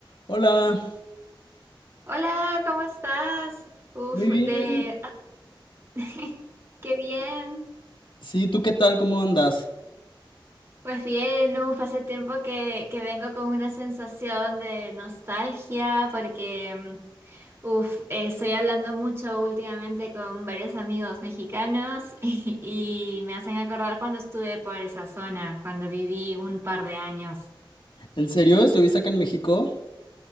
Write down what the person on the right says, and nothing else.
Hola, ¿cómo estás? Uf,
de... ah, <laughs> Qué bien.
Pues bien, uf, hace tiempo que, que vengo con una sensación de nostalgia porque, mm, uf, eh, estoy hablando mucho últimamente con varios amigos mexicanos <laughs> y, y me hacen acordar cuando estuve por esa zona, cuando viví un par de años.